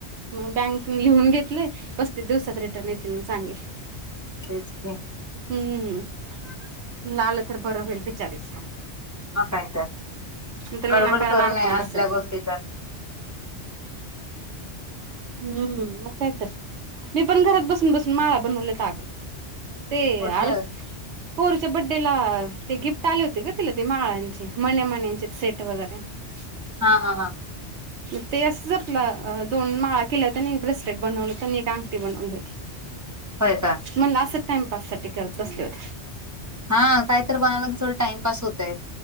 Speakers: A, on the right; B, on the right.
A: मग बँक नी लिहून घेतलय. पस्तीस दिवसात रिटर्न येतील म सांगितल
B: तेच क्या
A: हम्म, म्हंणलं आलं तर बरं होईल बिचारीचं.
B: मग काय तर
A: नंतर विनाकारण
B: गडबड करू
A: अडकून
B: नये
A: बसल.
B: असल्या गोष्टी तर
A: हम्म, मग काय तर, मी पण घरात बसून बसून माळा बनवलेत आग ते
B: कुठलं
A: अर पोरीच्या बर्थडेला ते गिफ्ट आले होते ग तिला ती माळांची मण्या मण्यांचे सेट वगैरे. <inaudible>
B: हा हा हा.
A: मग ते असंच आपलं दोन माळा केलं होत नाय एक ब्रेसलेट बनवलं होत आणि एक अंगठी बनवली होती.
B: होय का?
A: म्हंटलं, असच टाइमपास साठी करत बसले होते.
B: हा काहीतर बघायला गेलं, तर टाइमपास होतय